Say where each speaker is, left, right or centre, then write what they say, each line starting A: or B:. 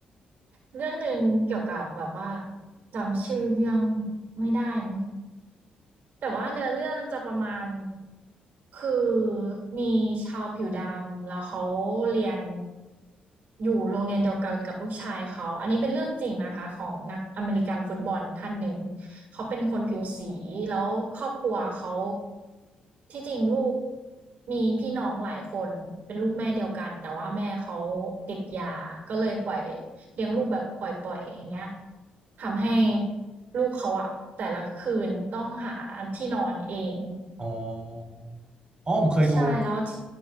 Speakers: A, on the right; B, on the right.
A: เรื่องหนึ่งเกี่ยวกับแบบว่าจำชื่อเรื่องไม่ได้มั้งแต่ว่าเนื้อเรื่องจะประมาณคือมีชาวผิวดำแล้วเขาเรียนอยู่โรงเรียนเดียวกันกับลูกชายเขาอันนี้เป็นเรื่องจริงนะคะของนักอเมริกันฟุตบอลท่านหนึ่งเขาเป็นคนผิวสีแล้วครอบครัวเขาที่จริงลูกมีพี่น้องหลายคนเป็นลูกแม่เดียวกันแต่ว่าแม่เขาติดยาก็เลยปล่อย เลี้ยงลูกแบบปล่อยๆอย่างเงี้ยทำให้ลูกเขาอะแต่ละคืนต้องหาที่นอนเอง
B: อ๋ออ๋อผมเคยดู
A: ใช่แล้ว